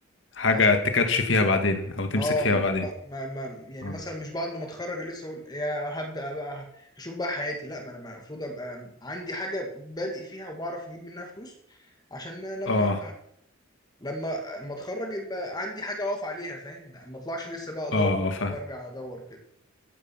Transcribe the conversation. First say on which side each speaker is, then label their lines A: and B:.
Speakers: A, on the left (about 65°); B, on the left (about 20°).
A: حاجه
B: عشان
A: تكاتش فيها بعدين او تمسك
B: اه
A: فيها
B: اللي
A: بعدين
B: هو ما ما يعني
A: اه
B: مثلا مش بعد ما اتخرج لسه اقول يا هبدا بقى هشوف بقى حياتي لا ما انا المفروض ابقى عندي حاجه بادئ فيها وبعرف اجيب منها فلوس عشان لما
A: اه
B: لما ما اتخرج يبقى عندي حاجه اقف عليها فاهم ما اطلعش لسه بقى ادور
A: اه فاهم
B: وارجع ادور وكده